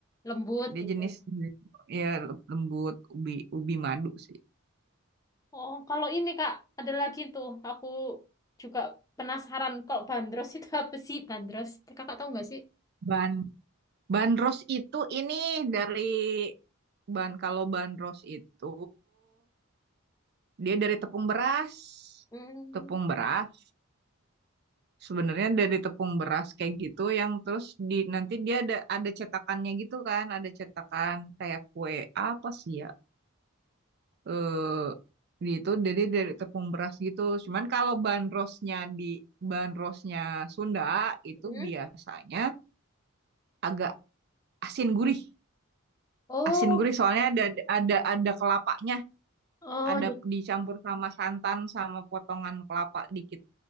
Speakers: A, on the left (about 15°); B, on the right (about 50°).
A: lembut
B: Dia
A: gitu.
B: jenis ya lembut ubi ubi madu sih.
A: Oh, kalau ini Kak, ada lagi tuh. Aku juga penasaran kalau bandros itu apa sih bandros? Kakak tahu nggak sih?
B: Ban bandros itu ini dari ban kalau bandros itu dia dari tepung beras,
A: Hmm.
B: tepung beras. Sebenarnya dari tepung beras kayak gitu yang terus di nanti dia ada ada cetakannya gitu kan, ada cetakan kayak kue apa sih ya? Eh gitu jadi dari tepung beras gitu. Cuman kalau bahan rosnya di bahan rosnya Sunda itu
A: Hmm.
B: biasanya agak asin gurih.
A: Oh,
B: Asin gurih soalnya ada ada ada kelapanya,
A: oh,
B: ada
A: jadi-
B: dicampur sama santan sama potongan kelapa dikit